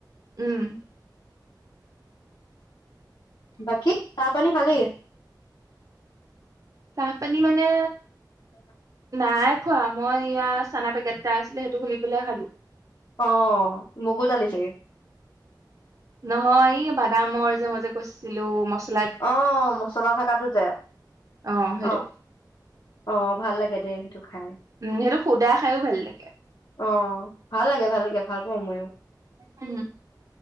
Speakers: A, on the right; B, on the left.
A: উম।
B: বাকী চাহ-পানী খালী?
A: চাহ-পানী মানে-
B: <unintelligible>
A: নাই খোৱা। মই ইয়া, চানা পেকেট এটা আছিলে সেইটো খুলি পেলাই খালোঁ।
B: অঁহ, মগুদালি চাগে।
A: নহয় এই বাদামৰ যে, মই যে কৈছিলোঁ মচ-
B: অঁহ মোচনা থকাতো যে?
A: অ সেইটো
B: অঁহ, অঁহ ভাল লাগে। দে খাই
A: উম সেইটো সুদা খাইও ভাল লাগে।
B: অঁ ভাল লাগে ভাল লাগে ভাল মই য়ো
A: উম